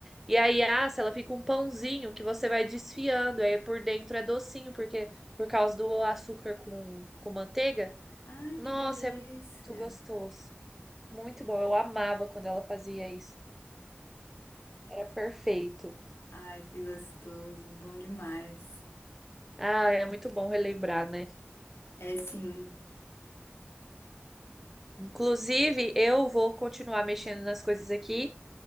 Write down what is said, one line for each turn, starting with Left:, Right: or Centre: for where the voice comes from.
Centre: e aí assa, ela fica um pãozinho que você vai desfiando, aí por dentro é docinho, porque por causa do açúcar com, com manteiga.
Left: Ai,
Centre: Nossa,
Left: que delícia.
Centre: é muito gostoso. Muito bom. Eu amava quando ela fazia isso. Era perfeito.
Left: Ai, que gostoso. Bom demais.
Centre: Ah, é muito bom relembrar, né?
Left: É sim.
Centre: Inclusive, eu vou continuar mexendo nas coisas aqui